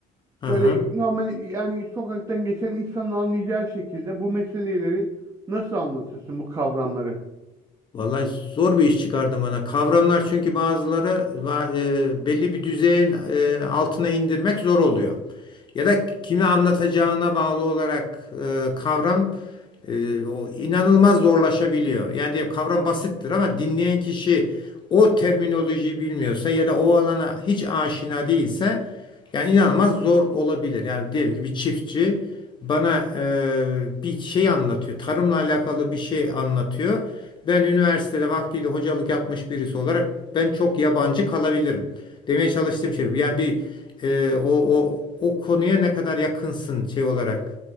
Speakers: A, on the left; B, on the right.
A: Aha.
B: Böyle normal yani sokaktan geçen insanın anlayacağı şekilde bu meseleleri nasıl anlatırsın bu kavramları?
A: Vallahi zor bir iş çıkardı bana. Kavramlar çünkü bazıları va- e, belli bir düzeyin e, altına indirmek zor oluyor. Ya da kime anlatacağına bağlı olarak e, kavram e, o inanılmaz zorlaşabiliyor. Yani diyelim kavram basittir ama dinleyen kişi o terminolojiyi bilmiyorsa ya da o alana hiç aşina değilse yani inanılmaz zor olabilir. Yani diyelim ki bir çiftçi bana e, bir şey anlatıyor. Tarımla alakalı bir şey anlatıyor. Ben üniversitede vaktiyle hocalık yapmış birisi olarak ben çok yabancı kalabilirim. Demeye çalıştığım şey bu. yani bir e, o, o, o konuya ne kadar yakınsın şey olarak